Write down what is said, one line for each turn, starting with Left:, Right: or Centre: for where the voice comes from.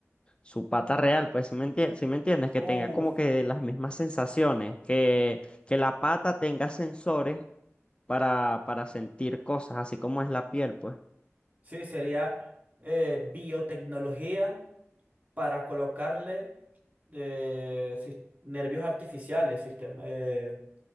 Left: su pata real, pues si me entiendes, si me entiendes, que
Right: Uf,
Left: tenga como que las mismas sensaciones, que, que la pata tenga sensores para, para sentir cosas, así como es la piel, pues.
Right: sí, sería eh, biotecnología para colocarle eh, sis- nervios artificiales, sistema, eh,